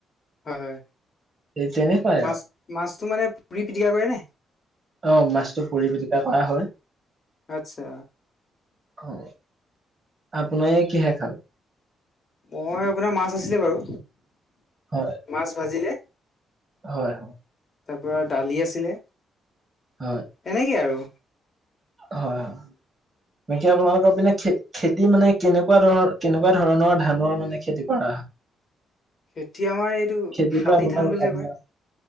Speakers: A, on the left; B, on the right.
A: হয় হয়
B: এই তেনেকুৱাই
A: মাছ
B: আৰু
A: মাছটো মানে পুৰি পিটিকা কৰেনে।
B: অ মাছটো পুৰি পেটিকা কৰা হয়।
A: আচ্ছা।
B: অ আপোনাৰে কিহে খাল।
A: মই আপোনাৰ মাছ আছিলে বাৰু।
B: হয়
A: মাছ ভাজিলে।
B: হয়।
A: তাৰপৰা দালি আছিলে।
B: হয়
A: এনেকে আৰু।
B: হয় হয়। বাকী আপোনালোকৰ পিনে খে খেতি মানে কেনেকুৱা ধৰনৰ কেনেকুৱা ধৰণৰ ধানৰ মানে খেতি কৰা।
A: খেতি আমাৰ এইটো
B: খেতিটো
A: শালি
B: আপোনাৰ
A: ধান বুলিযে
B: আপোনাৰ
A: কয়।